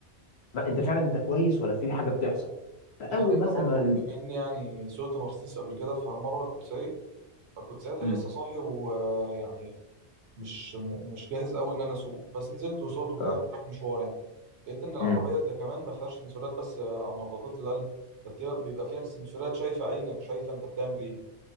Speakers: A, on the left; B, on the right.
A: ما انت فعلا انت كويس ولا في حاجه بتحصل فاول
B: دي حقيقه
A: مثلا
B: برضو
A: ما ال-
B: بما اني يعني سوقت مرسيدس قبل كده فمره كنت سايق فكنت ساعتها
A: مم.
B: لسه صاحي ويعني مش م- مش جاهز قوي ان انا اسوق بس نزلت وسوقت وكده
A: اه
B: كنت رايح مشوار يعني لقيت ان العربيه
A: مم.
B: ده كمان ما فيهاش سنسورات بس آه، على نبضات القلب ده بتبقى- بيبقى فيها سنسورات شايفه عينك شايفه انت بتعمل ايه